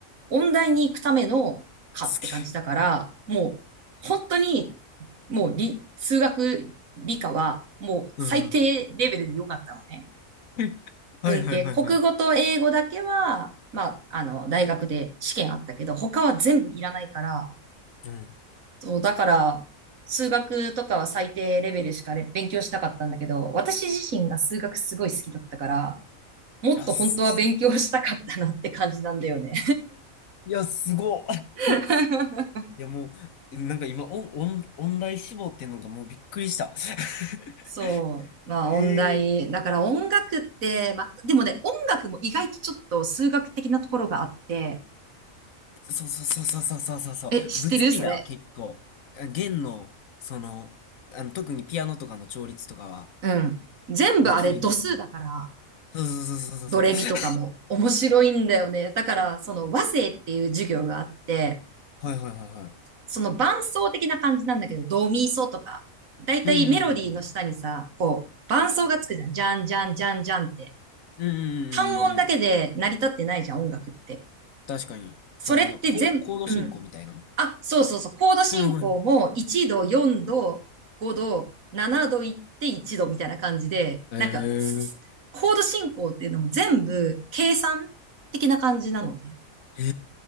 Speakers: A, on the right (about 80°); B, on the left (about 75°).
A: 音大に行くための科って感じだから、
B: すげ
A: もう本当にもう理、数学理科はもう最低レベルで良かったのね。
B: え。うん。<laughs> はいはいはいはい。
A: 文系、国語と英語だけは、まあ、あの、大学で試験あったけど、他は全部いらないから、
B: うん。い
A: そう、だから、数学とかは最低レベルしか勉強したかったんだけど、私自身が数学すごい好きだったから、もっと本当は勉強したかったなって感じなんだよね。
B: や、す、いや、すごっ。<laughs>
A: <laughs>
B: いや、もう、なんか今、オン、オン、音大志望っていうのがもうびっくりした。<laughs>
A: そう。まあ、
B: ええ
A: 音大。だから音楽って、まあ、でもね、音楽も意外とちょっと数学的なところがあって、
B: そうそうそうそうそうそうそうそう。
A: え、知ってるそれ。
B: 物理が結構、あ弦の、その、あの、特にピアノとかの調律とかは、
A: うん。全部あれ度数だから、
B: 物理のその、そうそうそうそうそう。
A: ドレミとかも面白いんだよね。
B: そう
A: だから、その和声っていう授業があって、
B: はいはいはいはい。
A: その伴奏的な感じなんだけど、ドミソとか。だいたいメロディーの下にさ、
B: うんうんうん。
A: こう、伴奏がつくじゃん。じゃんじゃんじゃんじゃんって。
B: うんうんうんうんうん。
A: 単音だけで成り立ってないじゃん、音楽って。
B: 確かに。
A: それって全、
B: その、ココード進行みたいな。
A: うん、あ、そうそうそう。コード進行も1度、
B: うんはい。
A: 4度、5度、7度行って1度みたいな感じで、
B: ええ
A: なんか、すすコード進行っていうのも全部計算的な感じなのね。
B: え